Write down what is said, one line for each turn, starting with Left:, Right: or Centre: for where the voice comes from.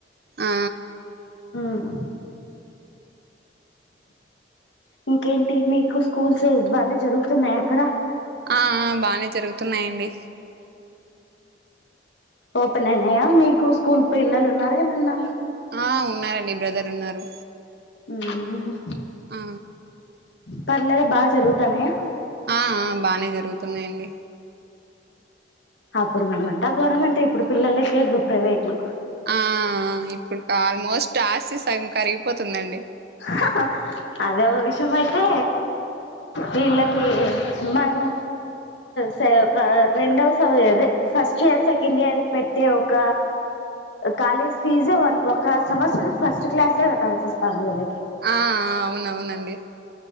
Right: ఆ
Left: మ్మ్ ఇంకేంటి, మీకు స్కూల్స్ బానే జరుగుతున్నాయా అక్కడ
Right: ఆ ఆ బానే జరుగుతున్నాయండి
Left: ఓపెన్ అయినయ్యా, మీకు స్కూల్ పిల్లలు ఉన్నారా ఏమన్నా
Right: ఆ ఉన్నారండి, బ్రదర్ ఉన్నారు.
Left: ఉమ్
Right: ఆ
Left: పర్లేదు బాగా జరుగుతాన్నయ్యా
Right: ఆ ఆ బానే జరుగుతున్నయండి
Left: అప్పుడు మనమంతా గవర్నమెంటే ఇప్పుడు పిల్లలకే ప్రైవేట్లు
Right: ఆ ఇప్పుడుకి ఆల్మోస్ట్ ఆస్తి సగం కరిగిపోతుందండి
Left: హా హా అదే ఒక విషయం అయితే వీళ్ళ కి మనము స ర రెండవ సమయం అది ఫస్ట్ ఇయర్ సెకండ్ ఇయర్ కి పెట్టే ఒక కాలేజ్ ఫీజే ఒక సెమస్టర్ ఫస్ట్ క్లాస్సే కట్టాల్సివస్తాంది వీళ్ళకి.
Right: ఆ ఆ అవునవునండి